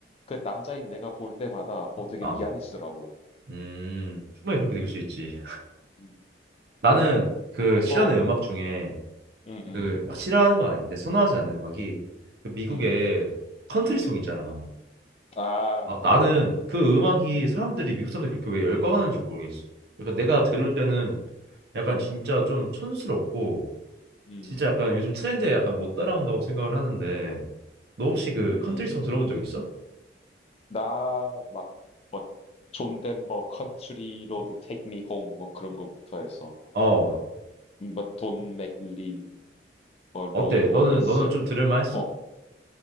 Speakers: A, on the left; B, on the right.
A: 그 남자인 내가 볼 때마다 어 되게
B: 어.
A: 미안해지더라고.
B: 음, 충분히 그렇게 느낄 수 있지.
A: 음.
B: 나는 그 실현의
A: 어,
B: 음악 중에
A: 음, 음,
B: 그 막 싫어하는 건 아닌데 선호하지 않는 음악이
A: 음,
B: 그 미국의
A: 음,
B: 컨트리송
A: 음.
B: 있잖아.
A: 아,
B: 아, 나는
A: 어.
B: 그 음악이
A: 음.
B: 사람들이 미국 사람들이 그렇게 왜 열광하는지 모르겠어. 그러니까 내가 들을 때는 약간
A: 음.
B: 진짜 좀 촌스럽고
A: 음.
B: 진짜 약간 요즘 트렌드에 약간 못 따라온다고 생각을 하는데 너 혹시 그
A: 음.
B: 컨트리송 들어본 적 있어?
A: 나 막 뭐 존 덴버 컨트리 로드 테이크 미 홈 뭐 그런 거부터 해서 막
B: 어
A: 음, 뭐 돈 맥린 뭐 로이
B: 어때?
A: 오비슨
B: 너는 너는 좀 들을 만했어?
A: 어